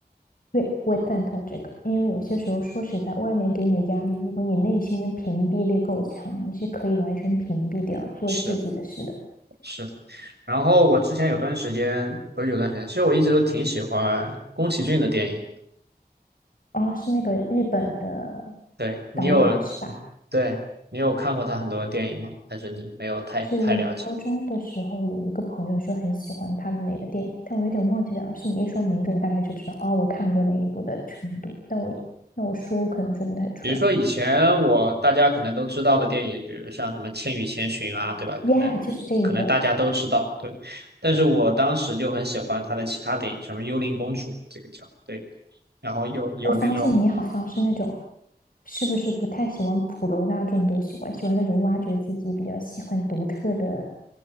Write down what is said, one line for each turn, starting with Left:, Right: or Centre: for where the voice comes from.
Left: 对，我赞同这个，因为有些时候说实在，外面给你的压力，如果你内心的屏蔽力够强，你是可以完全屏蔽掉做自己的事的。
Right: 是的，是的。然后我之前有段时间，不是有段时间，其实我一直都挺喜欢宫崎骏的电影。
Left: 哦，是那个日本的
Right: 对，你有，
Left: 导演是吧？
Right: 对，你有看过他很多的电影吗？还是你没有太太了解？
Left: 是高中的时候有一个朋友说很喜欢他的哪个电影，但我有点忘记了。是你一说名字，我大概就知道哦，我看过哪一部的程度。但我那我说，我可能说不太出来。
Right: 比如说以前我大家可能都知道的电影，比如像什么《千与千寻》啊，对吧？
Left: Yeah，
Right: 可能可能大家都知道，
Left: 就是这一个。
Right: 对。但是我当时就很喜欢他的其他电影，什么《幽灵公主》这个叫，对。然后有有那种
Left: 我发现你好像是那种，是不是不太喜欢普罗大众都喜欢，喜欢那种挖掘自己比较喜欢独特的，